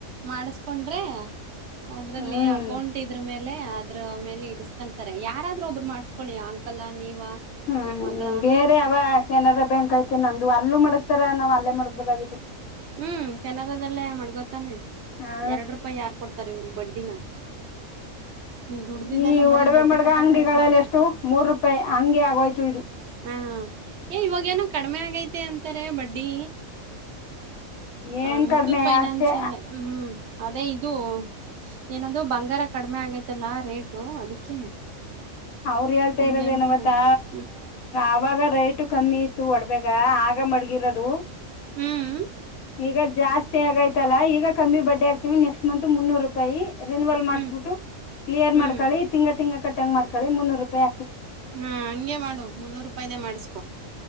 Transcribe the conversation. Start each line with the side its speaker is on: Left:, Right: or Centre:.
Right: ಮಾಡಿಸ್ಕೊಂಡ್ರಿ ಅದ್ರಲ್ಲಿ
Left: ಹ್ಮ್
Right: ಅಕೌಂಟ್ ಇದ್ರಮೇಲ್ ಲೆ ಅದ್ರ ಮೇಲೆ ಇಡಿಸ್ಕಂತಾರೆ ಯಾರಾದ್ರೂ ಒಬ್ರು ಮಾಡ್ಸ್ಕೊಳ್ಳಿ ಅಂಕಲ್ ಆ ನೀವ
Left: ಹ್ಮ್
Right: ನಿಮ್ ಮಗಳ
Left: ಬೇರೆ ಅವ ಕೆನರಾ ಬ್ಯಾಂಕ್ಯ್ತ ತ್ತೆ ನಂದು ಅಲ್ಲೂ ಮಡಗ್ತಾರ ನಾವ್ ಅಲ್ಲೇ ಮಾಡಡಗ್ಬೋದಾಗಿತ್ತು
Right: ಹ್ಮ್ ಕೆನರಾದಲ್ಲೇ ಮಡ್ಗೋತಾನೆ
Left: ಹಾ
Right: ಎರಡ್ ರೂಪಾಯಿ ಯಾರ್ ಕೊಡ್ತಾರ ಇವ್ರಗ್ ಬಡ್ಡಿನ ನೀವ್ ದುಡ್ದಿದ್ದಲ್ಲ
Left: ಈ
Right: ಬರಿ
Left: ಒಡವೆ
Right: ಬಡ್ಡಿ
Left: ಮಡ್ಗ
Right: ಕಟ್ಟಕ್
Left: ಅಂಗಡಿಗಳಲ್ಲಿ
Right: ಆಯಿತೈತೆ
Left: ಎಷ್ಟು ಮೂರು ರೂಪಾಯಿ ಹಂಗೆ ಆಗೋಯ್ತು ಇದು
Right: ಹ ಏ ಇವಾಗ ಏನೋ ಕಡಿಮೆ ಆಗೈತ್ ತ್ತೆ ಅಂತಾರೆ ಬಡ್ಡಿ ಹ
Left: ಏನ್
Right: ಮುುತ್ತೂದ
Left: ಕಡಿಮೆ
Right: ಫೈನಾನ್ಸ್
Left: ಅಷ್ಟೇ
Right: ಅಲ್ಲೇ ಹ್ಮ್ ಅದೇ ಇದು ಏನಾದೂ ಬಂಗಾರ ಕಡಿಮೆ ಆಗೈತಲ್ಲ ರೇಟು ಅದಕ್ಕೆ
Left: ಅವ್ರ ಹೇಳ್ತಾ
Right: ಹಂಗ
Left: ಇರೋದು
Right: ಹೇಳ್ತಾರ
Left: ಏನು ಗೊತ್ತಾ
Right: ಹ್ಮ್
Left: ಅವಾಗ ರೇಟು ಕಮ್ಮಿ ಇ ತೂ ವಡ್ವೇಗ ಆಗ್ ಆ ಮಾಡ್ಗಿರೋದು
Right: ಹ್ಮ್ ಹ್ಮ್
Left: ಈಗ ಜಾಸ್ತಿ ಆಗೈತ್ ತಲ್ಲ ಈಗ ಕಮ್ಮಿ ಬಡ್ಡಿ ಆಗ್ ನೆಕ್ಸ್ಟ್ ಮಂತ್ ಮುನ್ನೂರು ರೂಪಾಯಿ ರಿನ್ವಲ್ ಮಾಡಿಸ್ಬಿಟ್ಟು
Right: ಹ್ಮ್
Left: ಕ್ಲಿಯರ್
Right: ಹ್ಮ್
Left: ಮಾಡ್ಕೊಳ್ಳಿ ತಿಂಗ ತಿಂಗ್ಳ್ ಕಟ್ಟಂಗ ಮಾಡ್ಕೊಂಡಿ ರೂಪಾಯ
Right: ಹಾ ಹಂಗೆ ಮಾಡು ಮುನ್ನೂರು ರೂಪಾಯ್ದೇ ಮಾಡಸ್ಕೊ